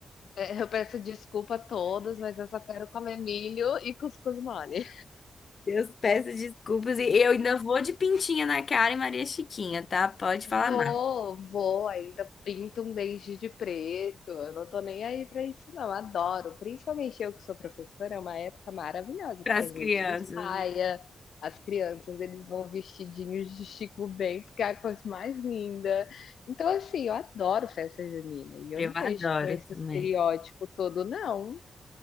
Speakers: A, on the left; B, on the left.
A: Eh, eu peço desculpa a todos, mas eu só quero comer milho e cuscuz mole.
B: Deus peça desculpas e eu ainda vou de pintinha na cara e Maria Chiquinha, tá? Pode falar
A: Vou,
B: mais
A: vou, ainda pinto um dente de preto, eu não tô nem aí pra isso não, adoro. Principalmente eu que sou professora, é uma época maravilhosa,
B: para
A: porque
B: as
A: a
B: crianças.
A: gente ensaia, as crianças, eles vão vestidinhos de Chico Bento, que é a coisa mais linda. Então, assim, eu adoro festa junina e eu
B: Eu
A: não
B: adoro
A: vejo com esse
B: também.
A: estereótipo todo não,